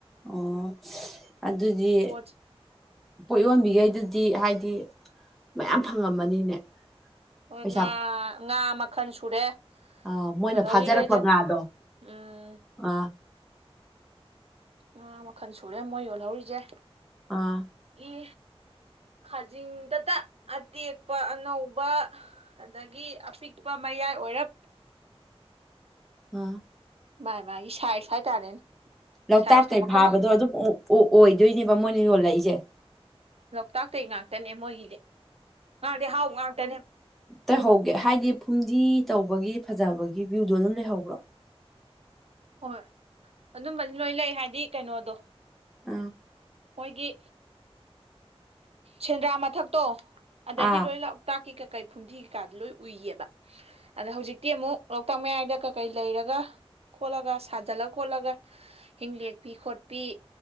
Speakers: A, in the centre; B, on the right (about 75°).
A: ꯑꯣ ꯑꯗꯨꯗꯤ
B: ꯄꯣꯠꯁꯦ
A: ꯄꯣꯠ ꯌꯣꯟꯕꯤꯈꯩꯗꯨꯗꯤ ꯍꯥꯏꯗꯤ ꯃꯌꯥꯝ ꯐꯪꯉꯝꯃꯅꯤꯅꯦ
B: ꯍꯣꯏ
A: ꯄꯩꯁꯥ
B: ꯉꯥ ꯉꯥ ꯃꯈꯜ ꯁꯨꯔꯦ
A: ꯑꯥ ꯃꯣꯏꯅ
B: ꯌꯣꯜꯍꯧꯔꯤꯈꯩꯁꯦ
A: ꯐꯥꯖꯔꯛꯄ ꯉꯥꯗꯣ
B: ꯎꯝ
A: ꯑꯥ
B: ꯉꯥ ꯃꯈꯜ ꯁꯨꯔꯦ ꯃꯣꯏ ꯌꯣꯜꯍꯧꯔꯤꯁꯦ
A: ꯑꯥ
B: ꯑꯦ ꯈꯥꯖꯤꯡꯗꯇ ꯑꯇꯦꯛꯄ ꯑꯅꯧꯕ ꯑꯗꯒꯤ ꯑꯄꯤꯛꯄ ꯃꯌꯥꯏ ꯑꯣꯏꯔꯞ
A: ꯋꯥ <inaudible>
B: ꯃꯥꯥꯏ ꯃꯥꯒꯤ ꯁꯥꯏꯁ ꯍꯥꯏꯇꯥꯔꯦꯅꯦ
A: ꯂꯣꯛꯇꯥꯛꯇꯩ
B: ꯁꯥꯏꯖꯇꯣ ꯃꯈꯜ
A: ꯐꯥꯕꯗꯣ
B: ꯃꯈꯜ
A: ꯑꯗꯨꯝ ꯑꯣꯏꯗꯣꯏꯅꯦꯕ ꯃꯣꯏꯅ ꯌꯣꯜꯂꯛꯏꯁꯦ
B: ꯂꯣꯛꯇꯥꯛꯇꯩꯒꯤ ꯉꯥꯛꯇꯅꯦ ꯃꯣꯏꯒꯤꯗꯤ ꯉꯥꯗꯤ ꯍꯥꯎꯕ ꯉꯥꯛꯇꯅꯦ
A: ꯇꯩꯍꯧꯒꯦ ꯍꯥꯏꯗꯤ ꯐꯨꯝꯗꯤ ꯇꯧꯕꯒꯤ ꯐꯖꯕꯒꯤ ꯚꯨꯏꯗꯣ ꯑꯗꯨꯝ ꯂꯩꯍꯧꯕ꯭ꯔꯣ
B: ꯍꯣꯏ ꯑꯗꯨꯝꯕꯗꯤ ꯂꯣꯏ ꯂꯩ ꯍꯥꯏꯗꯤ ꯀꯩꯅꯣꯗꯣ
A: ꯑꯥ
B: ꯃꯣꯏꯒꯤ ꯁꯦꯟꯗ꯭ꯔꯥ ꯃꯊꯛꯇꯣ ꯑꯗꯩꯗꯤ
A: ꯑꯥ
B: ꯂꯣꯏ ꯂꯥꯛ ꯂꯣꯛꯇꯥꯛꯀꯤ ꯀꯥꯀꯩ ꯐꯨꯝꯗꯤ ꯀꯩꯀꯥꯗꯤ ꯂꯣꯏ ꯎꯏꯌꯦꯕ ꯑꯗꯣ ꯍꯧꯖꯤꯛꯇꯤ ꯑꯃꯨꯛ ꯂꯣꯛꯇꯥꯛ ꯃꯌꯥꯏꯗ ꯀꯩ ꯂꯩꯔꯒ ꯈꯣꯠꯂꯒ ꯁꯥꯖꯜꯂ ꯈꯣꯠꯂꯒ ꯍꯤꯡ ꯂꯦꯛꯄꯤ ꯈꯣꯠꯄꯤ